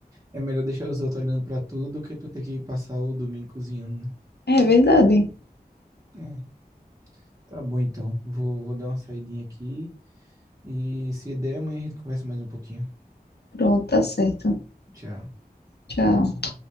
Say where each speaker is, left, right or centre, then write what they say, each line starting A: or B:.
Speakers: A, on the right (about 20°); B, on the left (about 80°).
A: É melhor deixar os outros olhando para tudo do que tu ter que passar o domingo cozinhando, né?
B: É verdade.
A: É, tá bom então. Vou, vou dar uma saidinha aqui e se der, amanhã a gente conversa mais um pouquinho.
B: Pronto, tá certo.
A: Tchau.
B: Tchau.